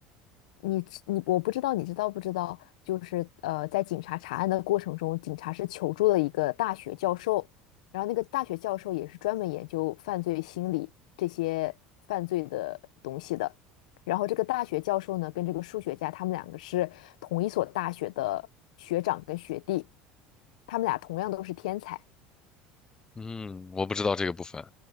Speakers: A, on the left; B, on the left.
A: 你你我不知道你知道不知道，就是呃，在警察查案的过程中，警察是求助了一个大学教授，然后那个大学教授也是专门研究犯罪心理这些犯罪的东西的。然后这个大学教授呢，跟这个数学家，他们两个是同一所大学的学长跟学弟，他们俩同样都是天才
B: 嗯，我不知道这个部分。